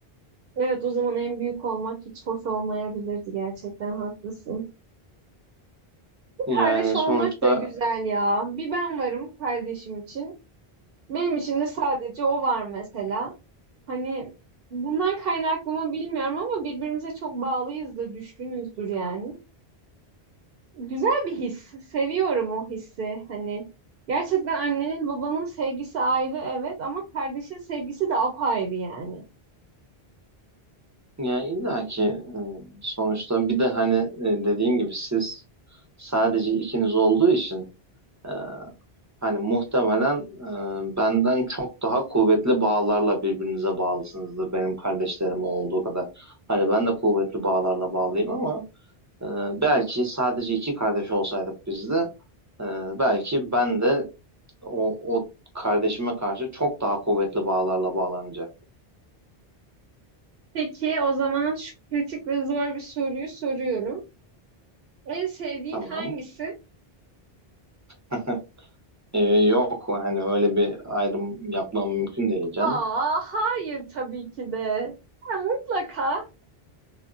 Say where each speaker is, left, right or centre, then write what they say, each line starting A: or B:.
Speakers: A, on the right (about 65°); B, on the right (about 20°).
A: Evet, o zaman en büyük olmak hiç hoş olmayabilirdi gerçekten haklısın.
B: Yani
A: Kardeş olmak
B: sonuçta
A: da güzel ya. Bir ben varım kardeşim için. Benim için de sadece o var mesela. Hani bundan kaynaklı mı bilmiyorum ama birbirimize çok bağlıyızdır, düşkünüzdür yani. Güzel bir his. Seviyorum o hissi. Hani gerçekten annenin babanın sevgisi ayrı evet ama kardeşin sevgisi de apayrı yani.
B: yani illa ki e, sonuçta bir de hani e, dediğim gibi siz sadece ikiniz olduğu için e, Hani muhtemelen e, benden çok daha kuvvetli bağlarla birbirinize bağlısınızdır benim kardeşlerim olduğu kadar. Hani ben de kuvvetli bağlarla bağlıyım ama e, belki sadece iki kardeş olsaydık biz de e, belki ben de o, o kardeşime karşı çok daha kuvvetli bağlarla bağlanacak.
A: Peki o zaman şu kritik ve zor bir soruyu soruyorum. En sevdiğin
B: Tamam.
A: hangisi?
B: <laughs> E, yok hani öyle bir ayrım yapmam mümkün değil canım.
A: Aa, hayır tabii ki de. Ya, mutlaka.